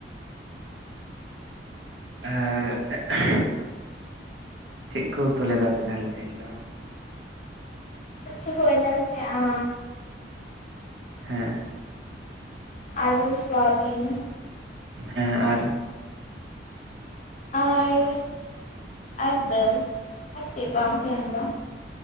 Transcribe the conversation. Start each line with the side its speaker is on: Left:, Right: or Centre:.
Right: ᱟᱨ <unintelligible> ᱪᱮᱫ ᱠᱚ ᱩᱛᱩ ᱞᱮᱫᱟ ᱯᱮ ᱛᱟᱦᱞᱮ ᱛᱮᱦᱮᱧ ᱫᱚ?
Left: ᱩᱛᱩ ᱦᱳᱭᱱᱟ ᱛᱟᱦᱮᱸᱟᱼᱼ
Right: ᱦᱮᱸ
Left: ᱟᱞᱩ ᱥᱳᱣᱟᱵᱤᱱ
Right: ᱦᱮᱸ ᱟᱨ?
Left: ᱟᱨ ᱟᱨ ᱫᱟᱹᱞ ᱟᱨ ᱪᱮᱫ ᱵᱟᱝ ᱛᱮᱦᱮᱱ ᱫᱚ